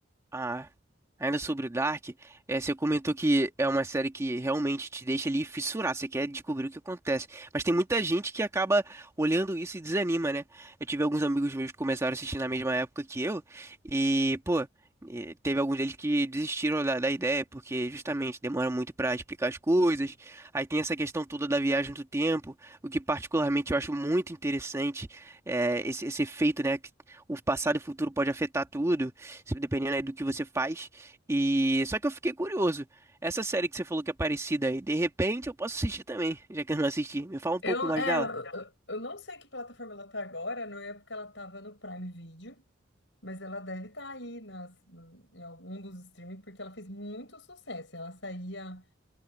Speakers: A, on the right (about 15°); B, on the left (about 70°).
A: Ah, ainda sobre o Dark, é, você comentou que é uma série que realmente te deixa ali fissurar, você quer descobrir o que acontece. Mas tem muita gente que acaba olhando isso e desanima, né? Eu tive alguns amigos meus que começaram a assistir na mesma época que eu, e, pô, eh, teve alguns deles que desistiram da, da ideia, porque justamente demora muito pra explicar as coisas. Aí tem essa questão toda da viagem do tempo, o que particularmente eu acho muito interessante, é, esse, esse efeito, né? Que o passado e o futuro pode afetar tudo dependendo aí do que você faz. E só que eu fiquei curioso. Essa série que você falou que é parecida aí, de repente eu posso assistir também, já que eu não assisti. Me fala um
B: Eu,
A: pouco mais
B: é,
A: dela.
B: eu, eu eu não sei que plataforma ela tá agora, não é porque ela tava no Prime Video, mas ela deve estar aí nas, no- em algum dos streaming, porque ela fez muito sucesso. Ela saía,